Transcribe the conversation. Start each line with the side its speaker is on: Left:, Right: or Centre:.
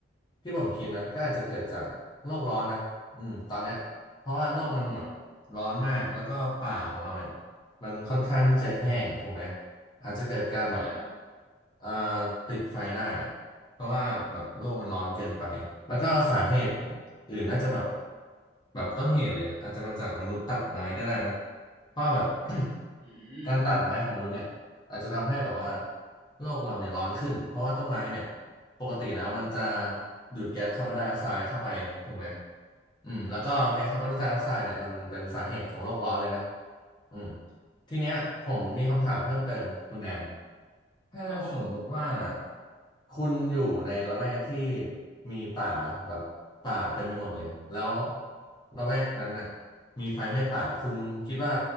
Left: ที่ผมคิดนะก็อาจจะเกิดจากโลกร้อนนะอืมตอนเนี้ยเพราะว่าโลกมันแบบร้อนมากแล้วก็ป่าของเราเนี่ย
Right: อืม
Left: มันค่อนข้างที่จะแห้งถูกไหม อาจจะเกิดการแบบ
Right: ใช่ครับ
Left: เอ่อติดไฟได้อะเพราะว่าแบบโลกมันร้อนเกินไป แล้วก็สาเหตุอื่นน่าจะแบบแบบต้นเหตุเลยอะอาจจะมาจากมนุษย์ตัดไม้ก็ได้นะเพราะว่าแบบ <coughs>
Right: อืม
Left: การตัดไม้ของมนุษย์เนี่ยอาจจะทำให้แบบว่าโลกเราเนี่ยร้อนขึ้นเพราะว่าต้นไม้เนี่ยปกติแล้วมันจะดูดแก๊สคาร์บอนไดออกไซด์เข้าไปถูกไหม อืมแล้วก็แก๊สคาร์บอนไดออกไซด์เนี่ยมันเป็นสาเหตุของโลกร้อนเลยนะ
Right: ใช่ครับ
Left: อืมทีเนี้ยผมมีคำถามเพิ่มเติมคุณแดนถ้าสมมุติว่า
Right: ครับผม
Left: คุณอยู่ในละแวกที่มีป่าแบบป่าเต็มไปหมดเลยแล้วละแวกนั้นน่ะมีไฟไหม้ป่าคุณคิดว่า